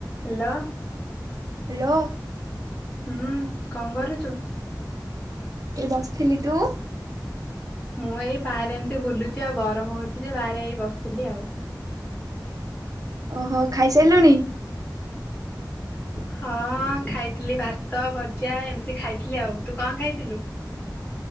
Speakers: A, on the left (about 15°); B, on the right (about 55°).
A: ହେଲା
B: ହେଲୋ
A: ହୁଁ କଣ କରୁଛୁ?
B: ଏ ବସିଥିଲି ତୁ
A: ମୁଁ ଏଇ ବାହାରେ ଏମିତି ବୁଲୁଛି ଆଉ ଗରମ ହଉଛି ଯେ ବାହାରେ ଏଇ ବସିଥିଲି ଆଉ
B: ଓହୋ ଖାଇସାରିଲୁଣି?
A: ହଁ ଖାଇଥିଲି ଭାତ ଭଜା ଏମିତି ଖାଇଥିଲି ଆଉ ତୁ କଣ ଖାଇଥିଲୁ?